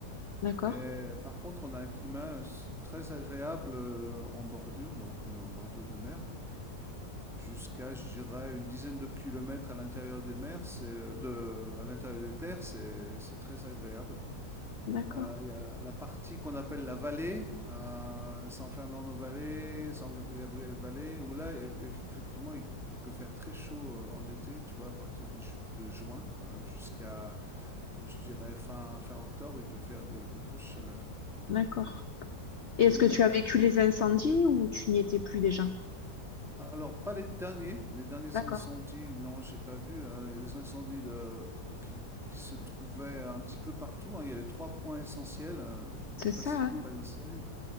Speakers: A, on the left; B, in the centre.
A: d'accord,
B: et par contre, on a un climat s très agréable, heu, en bordure, donc heu, en bordure de mer. Jusqu'à, je dirais, une dizaine de kilomètres à l'intérieur des mers, c'est, heu, de à l'intérieur des terres, c'est c'est très agréable.
A: d'accord,
B: Euh, il y a la partie qu'on appelle la vallée, euh, San Fernando Valley, San Gabriel Valley, où là, eff- eff- effectivement, il, il peut faire très chaud euh, en été, tu vois, à partir de, ju- de juin euh, jusqu'à, euh, je dirais, fin, fin octobre, il peut faire des, des grosses chaleurs.
A: d'accord. Et est-ce
B: Et
A: que tu as vécu les incendies ou tu n'y étais plus déjà?
B: alors, pas les derniers, les derniers
A: D'accord,
B: incendies, non, j'ai pas vu, euh, les incendies de, qui, qui se trouvaient un petit peu partout, hein, il y avait trois points essentiels, euh,
A: c'est
B: le Pacific
A: ça, hein?
B: Palisades.